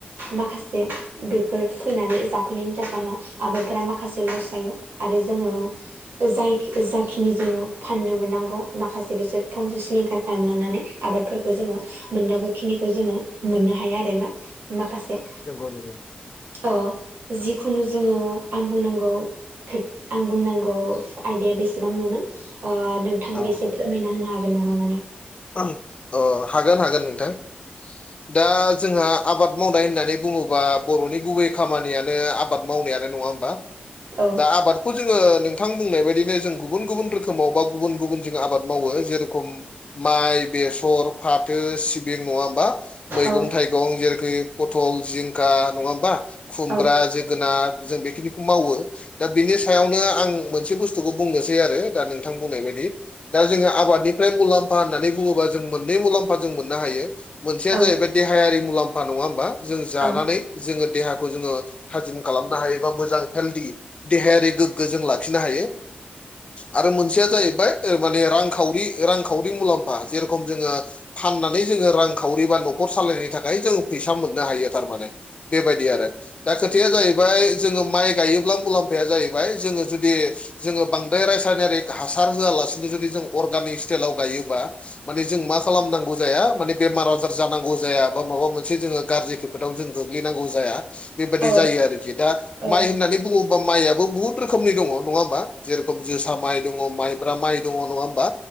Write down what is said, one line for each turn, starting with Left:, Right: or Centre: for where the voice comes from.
Right: माखासे बेफोर फैनानै जाफैनायनि जाहोनाव आबादफोरा माखासे लस जायो आरो जोङो। जाय जाखिनि जोङो फाननो मोननांगौ माखासे बिसोर थंजों सिलिंखार खालामलांनानै। आबादफोरखौ जोङो मोननांगौखिनिखौ जोङो मोननो हाया आरोना माखासे
Left: नंगौ नंगौ
Right: औ जिखुनु जोङो आं बुंनांगौ आं बुंनांगौ आयदाया बेसेबांनोमोन नोंथाङाब
Left: औ
Right: बे एसे
Left: औ
Right: फोरमायना होनो हागोन नामा माने
Left: अ हागोन हागोन नोंथां दा जोंहा आबाद आबाद मावनाय होननानै बुङोब्ला बर'नि गुबै खामानियानो आबाद मावनायानो नङा होमबा
Right: औ
Left: दा आबादखौ जोङो नोंथां बुंनाय बायदिनो जों गुबुन गुबुन रोखोमाव बा। गुबुन गुबुन जों आबाद मावो जुखाम माइ बेसर फाथो सिबिं नङा हा मैगं
Right: औ
Left: थाइगं जेरैखि पथल जिंखा नङा होमबा खुमब्रा
Right: औ
Left: जोगोनार जों बेखिनिखौ मावो दा बिनि सायावनो आं मोनसे बुस्थुखौ बुंनोसै आरो दा नोंथां बुंनाय बायदि दा जोङो आबादनिफ्राय मुलाम्फा होन्नानै बुङोबा जों मोननै मुलाम्फा जों मोननो हायो। मोनसेया
Right: औ
Left: जाहैबाय देहायारि मुलाम्फा नङा होमबा जों जानानै
Right: औ
Left: जोङो देहाखौ जोङो थाजिम खालामनो हायोबा मोजां हेल्दि देहायारि गोग्गो खो जों लाखिनो हायो आरो मोनसे जाहैबाय माने रांखावरि रांखावरि मुलाम्फा जेरेखम जोङो फाननानै जोङो रांखावरि बा न'खर सालायनो थाखाय जों फैसा मोननो हायो थारमाने बेबायदि आरो दा खोथाया जाहैबाय जोङो माइ गायोब्ला मुलाम्फाया जाहैबाय जोङो जुदि जोङो बांद्राय रासायनारिक हासार होआलासिनो जुदि जों अर्गानिक स्टाइलाव गायोबा माने जों मा खालामनांगौ जाया माने बेमार आजार जानांगौ जाया बा माबा मोनसे जोङो गाज्रिखौ आव जों गोग्लैनांगौ जाया बेबादि
Right: औ
Left: जायो आरोखि दा
Right: औ
Left: माइ होननानै बुङोबा मायाबो बुहुद रोखोमनि दङा होमा जेरेखम जोसा माइ दङ माइब्रा माइ दङ नङा होमबा